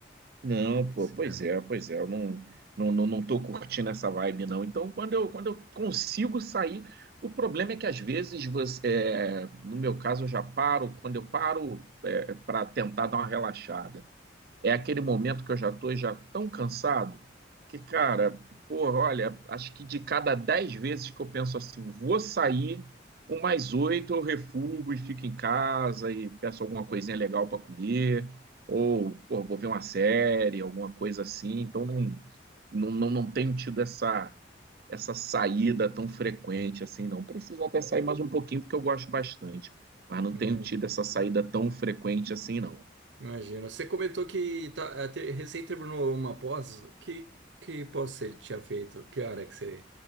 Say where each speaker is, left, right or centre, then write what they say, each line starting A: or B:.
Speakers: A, on the right (about 55°); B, on the right (about 80°).
A: Não,
B: É que
A: pô,
B: esse
A: pois
B: ano.
A: é, pois é, eu não, não, não, não tô curtindo essa vibe, não. Então, quando eu, quando eu consigo sair, o problema é que às vezes você, é, no meu caso, eu já paro, quando eu paro, é, para tentar dar uma relaxada. É aquele momento que eu já tô já tão cansado que, cara, porra, olha, acho que de cada 10 vezes que eu penso assim, vou sair, umas oito eu refugo e fico em casa e peço alguma coisinha legal para comer, ou pô, vou ver uma série, alguma coisa assim. Então não, não, não, não tenho tido essa, essa saída tão frequente assim, não. Preciso até sair mais um pouquinho porque eu gosto bastante, mas não
B: Uhum.
A: tenho tido essa saída tão frequente assim, não.
B: Imagino. Você comentou que tá, eh, te- recém terminou uma pós. Que, que pós você tinha feito? Que área que você,